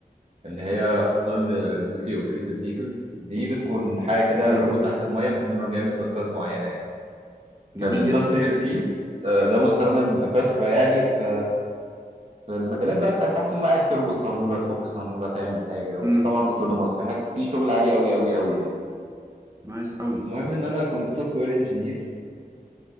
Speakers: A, on the right; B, on the right.
A: اللي هي اختصار ريموتلي اوبريتد فيكلز دي بتكون حاجة كده
B: امم
A: روبوت تحت المية المفروض إن هو بيعمل تاسكات معينة يعني
B: جميل
A: فالاندستريال
B: جدا
A: فيلد ده مستخدم بكثرة يعني في في المجالات بقى بتاعت تحت المية عايز تربط صامولة تفك صامولة تعمل حاجة وفي
B: امم
A: طبعا اوتونوماس في حاجة في شغل عالي أوي أوي أوي يعني
B: نايس قوي
A: المهم إن أنا كنت سوفت وير انجينير